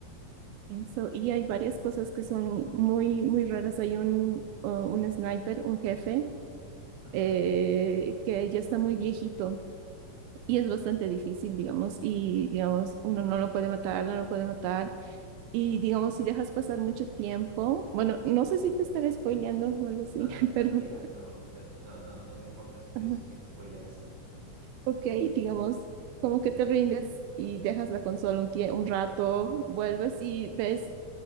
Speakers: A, on the right; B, on the right.
A: Pienso, y hay varias cosas que son muy, muy raras. Hay un, eh, un sniper, un jefe,
B: Mm. Ajá.
A: eh, que ya está muy viejito y es bastante difícil, digamos, y digamos, uno no lo puede matar, no lo puede matar, y digamos, si dejas pasar mucho tiempo, bueno, no sé si te estaré spoileando o algo así,
B: No, no,
A: <laughs>
B: tranquila,
A: pero,
B: no, eh, no, no, no me importa si me,
A: ajá,
B: si me spoileas.
A: ok, digamos, como que te rindes y dejas la consola un, tie- un rato, vuelves y ves